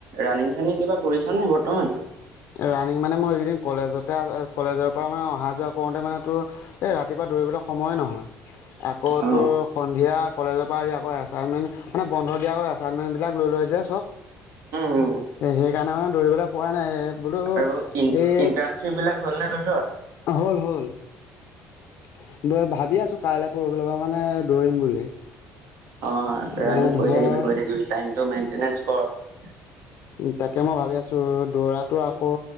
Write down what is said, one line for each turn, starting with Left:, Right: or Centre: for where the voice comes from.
Right: ৰাণিং চানিং কিবা কৰিছ' নে বৰ্তমান?
Left: ৰানিং মানে মোৰ এইকেইদিন কলেজতে কলেজৰ পৰা মানে অহা যোৱা কৰোঁতে মানে তোৰ এই ৰাতিপুৱা দৌৰিবলৈ সময় নহয়, আকৌ
Right: অ
Left: তোৰ
Right: উম
Left: সন্ধিয়া। কলেজৰ পৰা আহি আকৌ এছাইনমেন্ট মানে, বন্ধ দিয়াৰ আগত এছাইনমেন্ট বিলাক লৈ লৈ যে চব।
Right: উম
Left: এ সেইকাৰণে মানে, দৌৰিবলে পোৱা নাই এ। <unintelligible>
Right: আৰু ইন
Left: এই
Right: ইণ্টাৰ্ণশ্বিপ বিলাক হ'ল নে তহঁতৰ?
Left: হল, হল। <unintelligible> ভাবি আছো, কাইলে পৰহিলে পৰা মানে দৌৰিম বুলি।
Right: অ',
Left: মানে
Right: ৰাণিং কৰি
Left: ধৰ
Right: থাকিবি, কৰি থাকিবি টাইমটো মেইনটেনেন্স ক'ৰ।
Left: তাকে মই ভাবি আছো, দৌৰাতো আকৌ